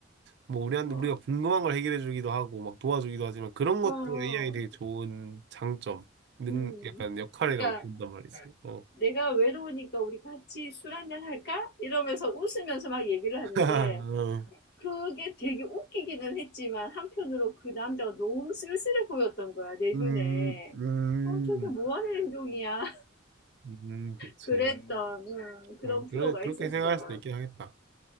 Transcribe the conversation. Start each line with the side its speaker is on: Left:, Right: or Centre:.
Right: 뭐 우리한테
Left: 어,
Right: 우리가 궁금한 걸 해결해 주기도 하고 막 도와주기도 하지만 그런
Left: 어,
Right: 것도
Left: 어,
Right: AI 되게 좋은 장점, 능,
Left: 음.
Right: 약간 역할이라고
Left: 그러니까
Right: 본단 말이지. 어.
Left: 내가 외로우니까 우리 같이 술 한잔 할까? 이러면서 웃으면서 막 얘기를 하는데
Right: <laughs>
Left: 그게 되게 웃기기는 했지만 한편으로 그 남자가 너무 쓸쓸해 보였던 거야, 내
Right: 음,
Left: 눈에.
Right: 음,
Left: 어, 저게 뭐 하는 행동이야? <laughs>
Right: 음, 그치.
Left: 그랬던 음, 그런
Right: 아니,
Left: 프로가
Right: 그래, 그렇게
Left: 있었어.
Right: 생각할 수도 있긴 하겠다.